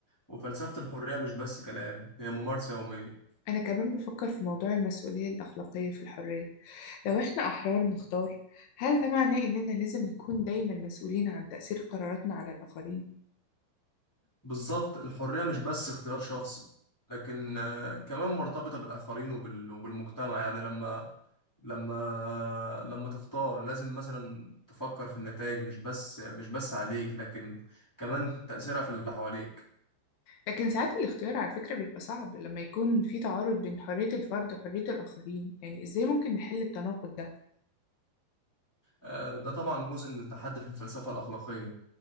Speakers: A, in the centre; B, on the left (about 70°).
A: وفلسفة الحرية مش بس كلام هي ممارسة يومية
B: أنا كمان بفكر في موضوع المسؤولية الأخلاقية في الحرية لو إحنا أحرار نختار هل ده معناه إننا لازم نكون دايما مسؤولين عن تأثير قراراتنا على الآخرين؟
A: بالظبط الحرية مش بس اختيار شخصي لكن آه، كمان مرتبطة بالآخرين وبال- وبالمجتمع يعني لما لما لما تختار لازم مثلا تفكر في النتائج مش بس مش بس عليك لكن كمان تأثيرها في اللي حواليك
B: لكن ساعات الاختيار على فكرة بيبقى صعب لما يكون في تعارض بين حرية الفرد وحرية الآخرين يعني إزاي ممكن نحل التناقض ده؟
A: آه، ده طبعا جزء من التحدي في الفلسفة الأخلاقية